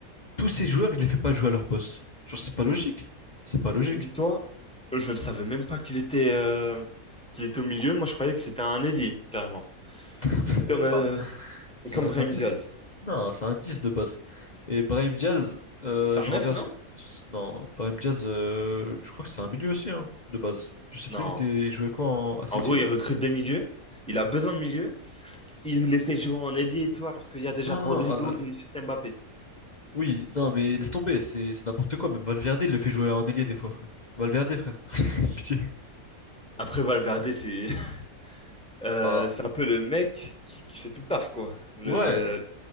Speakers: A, on the left; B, in the centre.
A: Tous ces joueurs, il ne les fait pas jouer à leur poste. Genre, c'est pas logique. C'est pas logique.
B: Dis-toi, je ne savais même pas qu'il était, euh, qu'il était au milieu. Moi, je croyais que c'était un ailier, carrément.
A: <laughs> Mais Même
B: Comme, euh,
A: pas. C'est
B: comme
A: un,
B: Brahim
A: c'est un 10.
B: Diaz.
A: Non, c'est un 10 de base. Et Brahim Diaz, euh,
B: C'est
A: je
B: un neuf,
A: reviens
B: non?
A: à ce que non, Brahim Diaz, euh, je crois que c'est un milieu aussi hein, de base. Je sais
B: Non.
A: plus, il était il jouait quoi en, à City?
B: En gros, il recrute des milieux. Il a besoin de milieux. Il les fait jouer en ailier et tout, alors qu'il y a déjà
A: Non,
B: Rodrigo, Vinicius
A: euh,
B: et Mbappé.
A: oui, non, mais laisse tomber, c'est c'est n'importe quoi. Même Valverde, il le fait jouer en ailier des fois, frère. Valverde, frère, <laughs> pitié.
B: Après, Valverde, c'est <laughs> euh,
A: Ah,
B: c'est un peu le mec qui, qui fait tout le taf, quoi. Le...
A: ouais,